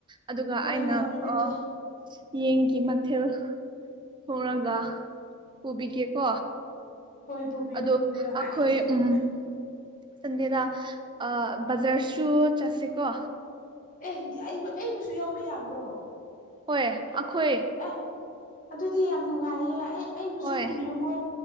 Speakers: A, on the right (about 20°); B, on the left (about 40°).
A: ꯑꯗꯨꯒ
B: ꯍꯣꯏ
A: ꯑꯩꯅ
B: ꯉꯥꯏꯕꯤꯔꯒꯦ
A: ꯑꯥ ꯌꯦꯟꯒꯤ ꯃꯊꯦꯜ꯫ ꯊꯣꯡꯉꯒ ꯄꯨꯕꯤꯒꯦꯀꯣ꯫
B: ꯍꯣꯏ ꯄꯨꯕꯤꯌꯣ
A: ꯑꯗꯣ
B: ꯄꯨꯕꯤꯌꯣ
A: ꯑꯩꯈꯣꯏ
B: ꯑꯩ
A: ꯎꯝ
B: __
A: ꯁꯟꯗꯦꯗ ꯑꯥ ꯕꯖꯥꯔꯁꯨ ꯆꯠꯁꯤꯀꯣ꯫
B: ꯑꯦ ꯌ ꯑꯩꯕꯨ ꯑꯩꯕꯨꯁꯨ ꯌꯥꯎꯕ ꯌꯥꯕ꯭ꯔꯣ
A: ꯍꯣꯏ ꯑꯩꯈꯣꯏ
B: ꯑꯦ ꯑꯗꯨꯗꯤ ꯌꯥꯝ ꯅꯨꯡꯉꯥꯏꯌꯦ ꯑꯩ ꯑꯩꯕꯨꯁꯨ
A: ꯍꯣꯏ
B: ꯄꯨꯕꯤꯌꯨꯀꯣ